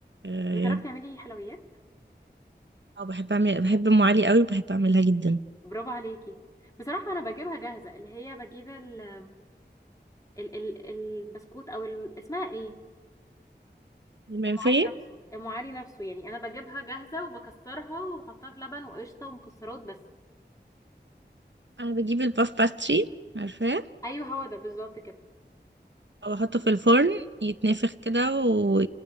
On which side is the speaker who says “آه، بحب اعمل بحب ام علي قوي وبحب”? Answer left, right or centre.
Right